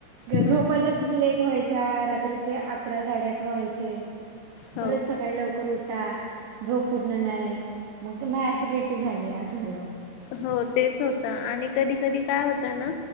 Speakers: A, on the right; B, on the left.
A: व्हय
B: हम्म
A: झोपायलाच लेट व्हायचा रात्रीचे अकरा साडे अकरा व्हायचे.
B: हो
A: परत सकाळी लवकर उठा झोप पूर्ण नाही. मग ना ऍसिडिटी झाली असं झालं.
B: हो तेच होत आणि कधी कधी काय होत ना